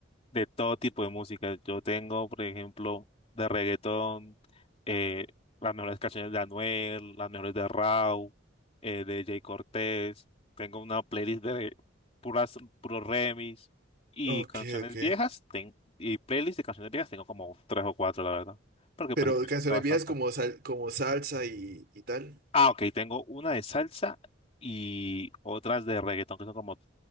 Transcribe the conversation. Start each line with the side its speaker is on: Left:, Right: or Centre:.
Left: de todo tipo de música. Yo tengo, por ejemplo, de reggaetón, eh, las mejores canciones de Anuel, las mejores de Rauw, eh, de Jay Cortés. Tengo una playlist de puras, puros remix y
Right: Ok,
Left: canciones
Right: ok.
Left: viejas. ten- y playlist de canciones viejas tengo como tres o cuatro, la verdad. Porque
Right: Pero
Left: pues me
Right: canciones
Left: gusta bastante.
Right: viejas como, sal- como salsa y, y tal.
Left: Ah, ok, tengo una de salsa y otras de reggaetón, que son como